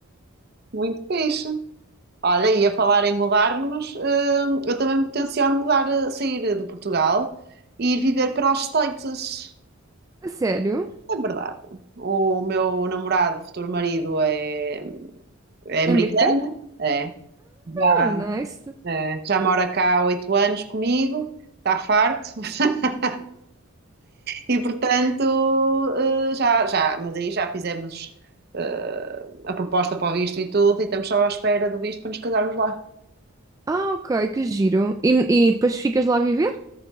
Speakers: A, on the right; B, on the right.
A: Muito fixe. Olha, ia falar em mudar-nos, hum, eu também me tenciono mudar, eh, sair de Portugal e ir viver para os States.
B: A sério?
A: É verdade. O meu namorado, futuro marido, é, é americano,
B: É americano?
A: é. Já,
B: Ah, nice.
A: é, já mora cá há oito anos comigo, está farto. <laughs> E portanto, eh, já, já, mas aí já fizemos, eh, a proposta para o visto e tudo, e estamos só à espera do visto para nos casarmos lá.
B: Ah, ok, que giro. E, e depois ficas lá a viver?